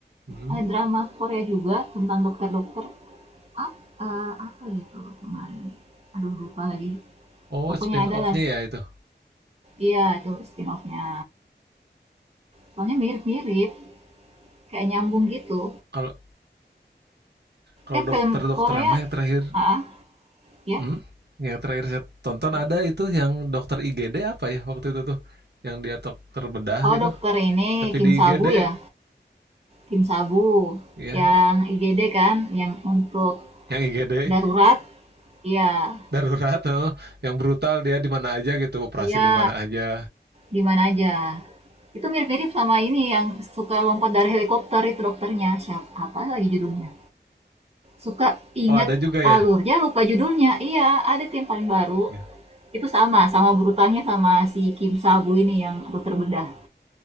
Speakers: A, on the right; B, on the right.
A: Mhm.
B: eh, drama Korea juga tentang dokter-dokter Ap- eh, apa gitu kemarin aduh lupa lagi
A: oh
B: pokoknya
A: spin
B: adalah
A: off-nya ya itu
B: iya itu spin offnya soalnya mirip-mirip kayak nyambung gitu
A: kalau Kalau
B: eh
A: dokter-dokteran
B: film Korea
A: mah yang terakhir,
B: ah ah, ya
A: hmm? yang terakhir saya tonton
B: ya
A: ada itu yang dokter IGD apa ya waktu itu tuh, yang dia dokter bedah
B: oh
A: gitu,
B: dokter ini
A: tapi
B: Kim
A: di
B: Sabu
A: IGD
B: ya Kim Sabu
A: ya,
B: yang IGD kan yang untuk
A: yang IGD
B: darurat iya
A: darurat, oh. yang brutal dia di mana aja gitu, operasi
B: iya
A: di mana aja.
B: di mana aja itu mirip-mirip sama ini yang suka lompat dari helikopter itu dokternya siapa apa lagi judulnya Suka inget
A: Oh ada juga ya,
B: alurnya, lupa judulnya. Iya, ada tim paling baru.
A: ya,
B: Itu sama, sama brutalnya sama si Kim Sabu ini yang dokter bedah.